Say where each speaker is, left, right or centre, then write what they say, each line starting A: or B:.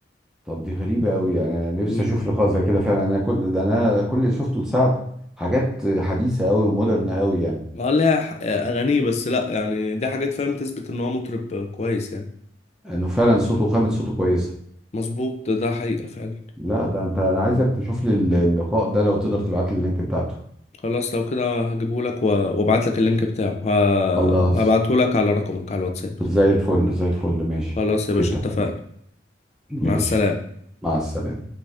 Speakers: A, in the centre; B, on the left.
A: طب دي غريبه قوي يعني انا نفسي
B: مم.
A: اشوف لقاء زي كده فعلا انا كل ده انا كل اللي شفته لسعد حاجات حديثه قوي ومودرن قوي يعني
B: اه لا ح- اغانيه بس لا يعني دي حاجات فاهم تثبت ان هو مطرب كويس يعني
A: انه فعلا صوته وخامة صوته كويسة
B: مظبوط ده حقيقة فعلا
A: لا ده انت انا عايزك تشوف لي الل- اللقاء ده لو تقدر تبعت لي اللينك بتاعته
B: خلاص لو كده هجيبهولك و- وابعتلك اللينك بتاعه ه-
A: خلاص
B: هبعتهولك على رقمك على الواتساب
A: زي الفل زي الفل ماشي
B: خلاص
A: اوكي
B: يا باشا
A: اتفقنا
B: اتفقنا
A: ماشي
B: مع السلامة
A: مع السلامة